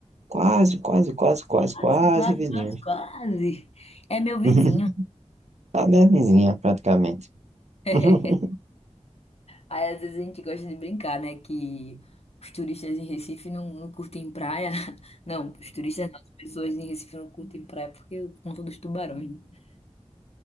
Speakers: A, on the right; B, on the left.
A: Quase, quase, quase, quase,
B: Quase,
A: quase
B: quase,
A: vizinha
B: quase, quase. É meu vizinho.
A: <laughs> A minha vizinha, praticamente.
B: <laughs>
A: <laughs>
B: Aí às vezes a gente gosta de brincar, né? Que os turistas em Recife não, não curtem praia. <laughs> Não, os turistas não, as pessoas em Recife não curtem praia porque por conta dos tubarões. né?